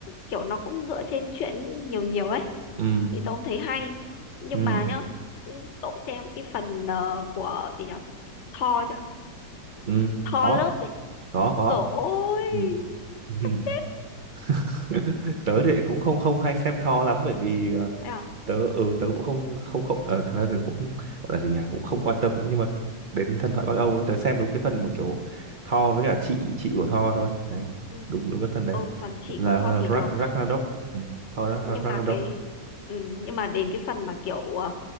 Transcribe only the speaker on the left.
kiểu nó cũng dựa trên truyện nhiều nhiều ấy
thì tôi cũng thấy hay nhưng
mà nhá ừ, cậu xem cái phần ờ, của gì nhỉ Thor chưa
Thò
lớp ấy.
Dồi ôi,
chắc chết.
Thế à?
Ừ,
ừ,
ừ.
Ừ, phần chị
của Tho
thì
được.
Nhưng
mà cái... Ừ, nhưng mà đến cái phần mà kiểu ờ,